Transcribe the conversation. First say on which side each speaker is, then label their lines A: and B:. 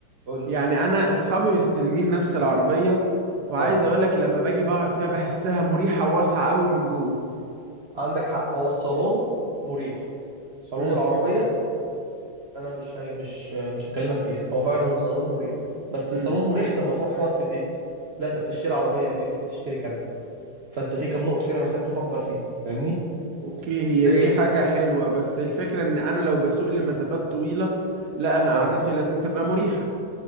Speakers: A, on the right; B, on the right.
A: قول لي
B: يعني أنا أصحابي مستلمين نفس العربية وعايز
A: اه
B: أقولك لما باجي بقعد فيها بحسها مريحة وواسعة قوي من جوه
A: عندك حق هو الصالون مريح صالون
B: امم
A: العربية انا مش ه- مش مش هكلمك فيها هو فعلا الصالون مريح بس
B: امم
A: الصالون مريح طب ما تروح تقعد في البيت لا انت بتشتري عربية يا بيه مش بتشتري كنبة فانت في كام نقطة كده محتاج تفكر فيها فاهمني
B: أوكي هي
A: زي
B: دي حاجة حلوة بس الفكرة إن أنا لو بسوق لمسافات طويلة لا أنا
A: اه
B: قعدتي لازم تبقى مريحة